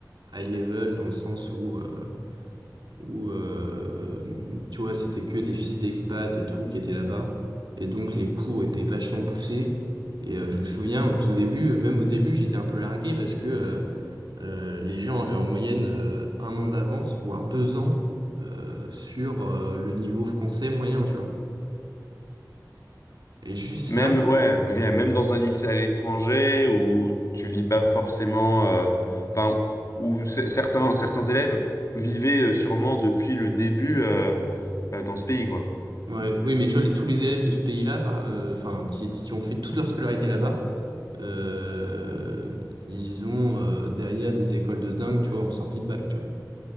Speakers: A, on the right (about 80°); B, on the left (about 45°).
A: high level, dans le sens où, euh, où euh, tu vois, c'était que des fils d'expat et tout qui étaient là-bas. Et donc, les cours étaient vachement poussés. Et euh, je me souviens, au tout début, euh, même au début, j'étais un peu largué parce que euh, euh, les gens avaient en moyenne euh, un an d'avance, voire deux ans, euh, sur euh, le niveau français moyen, tu vois. Et juste ça,
B: Même, ouais, ok, même dans un lycée à l'étranger où tu vis pas forcément, euh, enfin, où c- certains, certains élèves vivaient euh, sûrement depuis le début euh, euh, dans ce pays, quoi.
A: ouais. Oui, mais tu vois, les- tous les élèves de ce pays-là, par- euh, enfin, qui, qui ont fait toute leur scolarité là-bas, euh, ils ont euh, derrière des écoles de dingue, tu vois, en sortie de bac, tu vois.